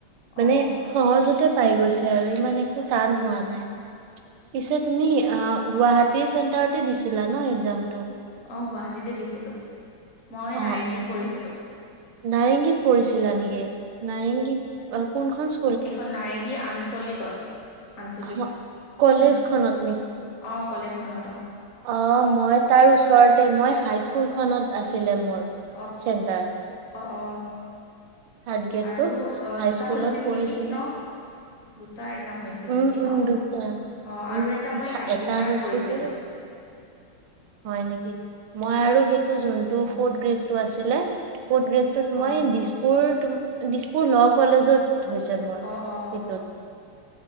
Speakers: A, on the right (about 75°); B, on the left (about 45°).
A: মানে
B: অ
A: সহজতে পাই গৈছে আৰু ইমান একো টান
B: উম
A: হোৱা নাই পিছে তুমি অ গুৱাহাটী চেন্টাৰতে দিছিলা ন একজামটো
B: অ গুৱাহাটীতে দিছিলো মই
A: অ'
B: নাৰেংগীত
A: অ'
B: পৰিছিলো
A: নাৰেংগীত পৰিছিলা নেকি নাৰেংগীত কোনখন
B: এখন নাৰেংগী আঞ্চলিকত আঞ্চলিক
A: হ- কলেজখনত
B: খন যে, অঁ কলেজখনত অঁ।
A: অঁ মই তাৰ ওচৰতে মই হাইস্কুলখনত আছিলে মোৰ
B: অ অ
A: চেণ্টাৰ।
B: অ অঁ,
A: থাৰ্ড গ্ৰেডটো
B: আৰু অঁ
A: হাইস্কুলত
B: দুটা হৈছিল
A: পঢ়িছিলোঁ।
B: নেকি ন? দুটা এক্সাম হৈছিল
A: উম,
B: নেকি
A: উম,
B: ন,
A: দুটা।
B: অঁ
A: উম,
B: আৰু এটা মই
A: থা-
B: কাহিলীপাৰাত
A: এটা হৈছিলে
B: পৰিছিলো।
A: হয় নেকি? মই আৰু সেইটো যোনটো
B: অ
A: ফৰ্ড গ্ৰেডটো আছিলে, ফ্ৰেড গেৰ্ড টোত
B: অ
A: মই দিছপুৰ টো দিছপুৰ লঅ কলেজত হৈছে। মোৰ।
B: অ' অঁ।
A: সেইটোত